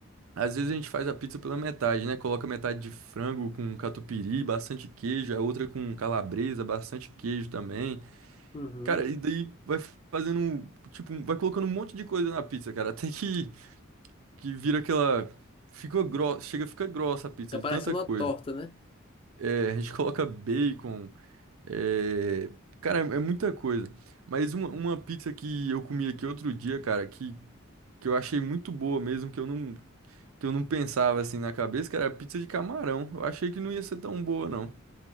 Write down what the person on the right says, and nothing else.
Às vezes a gente faz a pizza pela metade, né? Coloca metade de frango com catupiry, bastante queijo, a outra com calabresa, bastante queijo também.
Cara, e daí vai fazendo, um, tipo, vai colocando um monte de coisa na pizza, cara, até que que vira aquela fica grossa, chega, fica grossa a pizza
de
tanta coisa.
É, a gente coloca bacon, é, cara, é muita coisa. Mas uma, uma pizza que eu comi aqui outro dia, cara, que que eu achei muito boa mesmo, que eu não que eu não pensava assim na cabeça, que era pizza de camarão. Eu achei que não ia ser tão boa, não.